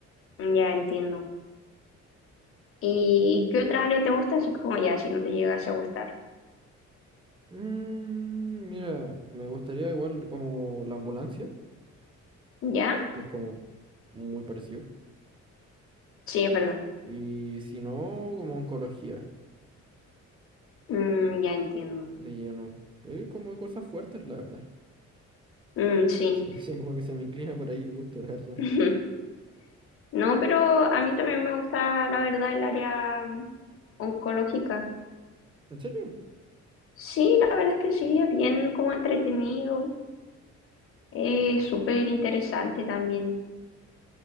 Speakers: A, on the left; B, on the right.
A: Mm, Ya entiendo. ¿Y, qué otra área te gusta? Así como ya, si no te llegase a gustar.
B: Mm, mira, me gustaría igual como la ambulancia,
A: ¿Ya?
B: que es como muy parecido.
A: Sí, es verdad.
B: Y si no, como oncología.
A: Mm, ya entiendo.
B: de lleno. Eh, como cosas fuertes, la verdad.
A: Mm, sí.
B: Sí, <laughs> sí, como que se me inclina por ahí el gusto, la verdad.
A: <laughs> No, pero a mí también me gusta, la verdad, el área oncológica.
B: ¿En serio?
A: Sí, la verdad es que sí, es bien como entretenido, es súper interesante también.